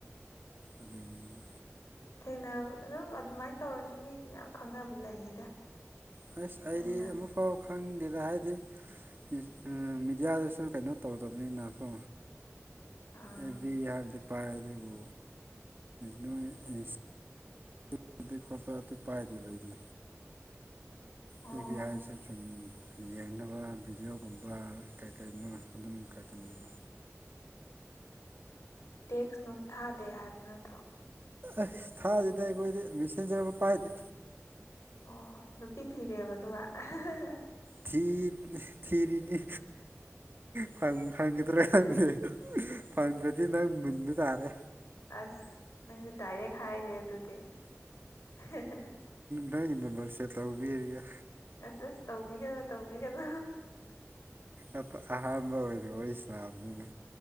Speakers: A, on the right; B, on the left.
A: ꯑꯗꯒꯤ
B: ꯊꯦꯡꯅ ꯑꯗꯨꯝ ꯑꯗꯨꯃꯥꯏꯅ ꯇꯧꯔꯁꯨ ꯃꯤꯗꯤ ꯃꯌꯥꯝ ꯈꯪꯅꯕ ꯂꯩꯌꯦꯗ꯫
A: ꯍꯁ ꯑꯩꯗꯤ
B: ꯅꯪꯅ
A: ꯑꯃ ꯐꯥꯎ ꯈꯪꯗꯦꯗ ꯍꯥꯏꯗꯤ ꯏ ꯎꯝ ꯃꯦꯗꯤꯌꯥꯗꯁꯨ ꯀꯩꯅꯣ ꯇꯧꯗꯕꯅꯤꯅꯀꯣ
B: ꯑꯥ
A: ꯑꯦꯕꯤ ꯍꯔꯗꯤꯛ ꯄꯥꯏ ꯑꯗꯨꯕꯨ ꯅꯣꯏ ꯏꯁ <unintelligible> ꯑꯗꯨꯗꯤ ꯈꯣꯠꯄ ꯑꯗꯨ ꯄꯥꯏꯗꯦꯕ ꯑꯩꯗꯤ꯫
B: ꯑꯣ
A: ꯑꯦꯕꯤ ꯍꯥꯏꯁꯦ ꯆꯨꯃꯤꯅꯦ꯫ ꯌꯦꯡꯅꯕ ꯚꯤꯗꯤꯑꯣꯒꯨꯝꯕ ꯀꯩ ꯀꯩꯅꯣ ꯑꯗꯨꯝ ꯈꯛꯇꯅꯦꯕ꯫
B: ꯇꯦꯛꯁ ꯅꯨꯡ ꯊꯥꯗꯦ ꯍꯥꯏꯕ ꯅꯠꯇ꯭ꯔꯣ꯫
A: ꯑꯩꯁ ꯊꯥꯗꯦꯗ ꯑꯩꯈꯣꯏꯗꯤ ꯃꯦꯁꯦꯟꯖꯔ ꯑꯃ ꯄꯥꯏꯗ꯭ꯔꯤ꯫
B: ꯑꯣ ꯅꯨꯄꯤ ꯊꯤꯔꯦꯕ ꯑꯗꯨꯒ <unintelligible>
A: ꯊꯤ ꯊꯔꯤꯅꯤ ꯐꯪ ꯐꯪꯒꯗ꯭ꯔꯥ <unintelligible> ꯈꯪꯗꯦ꯫ ꯐꯪꯗ꯭ꯔꯗꯤ ꯅꯪ ꯃꯨꯟꯕ ꯇꯥꯔꯦ꯫
B: ꯑꯁ ꯅꯪꯗꯤ ꯗꯥꯏꯔꯦꯛ ꯍꯥꯏꯔꯦ ꯑꯗꯨꯗꯤ꯫ <unintelligible>
A: ꯅ ꯏꯟꯅꯕꯔꯁꯦ ꯇꯧꯕꯤꯔꯤꯒ
B: ꯑꯁ ꯇꯧꯕꯤꯒꯅꯨ ꯇꯧꯕꯤꯒꯅꯨ
A: ꯑꯍꯥꯥꯟꯕ ꯑꯣꯏꯅ ꯑꯣꯏꯁꯤ ꯂꯥꯕꯅꯤꯅ